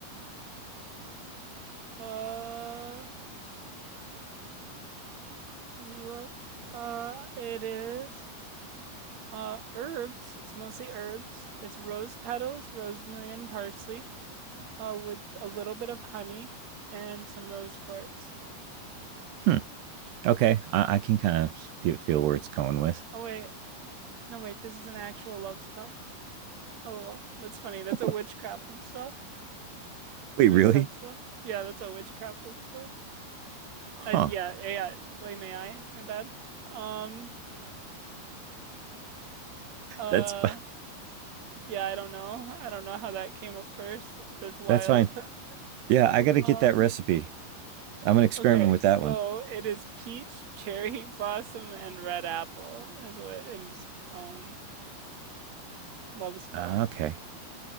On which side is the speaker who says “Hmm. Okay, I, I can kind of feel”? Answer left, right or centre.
Right